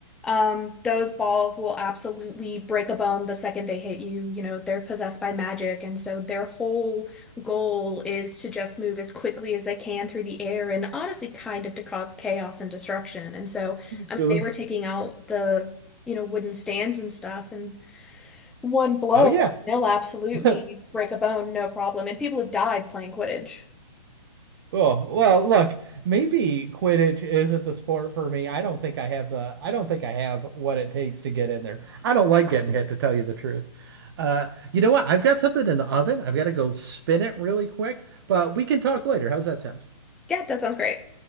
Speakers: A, in the centre; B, on the right.
A: Um, those balls will absolutely break a bone the second they hit you. You know, they're possessed by magic, and so their whole goal is to just move as quickly as they can through the air and honestly kind of to cause chaos and destruction. And so, I
B: So,
A: mean, they were taking out the, you know, wooden stands and stuff, and one blow,
B: Oh yeah.
A: they'll absolutely
B: <laughs>
A: break a bone, no problem. And people have died playing Quidditch.
B: Oh, well, look, maybe Quidditch isn't the sport for me. I don't think I have the I don't think I have what it takes to get in there. I don't like getting hit, to tell you the truth. Uh, you know what? I've got something in the oven. I've got to go spin it really quick, but we can talk later. How's that sound?
A: Yeah, that sounds great.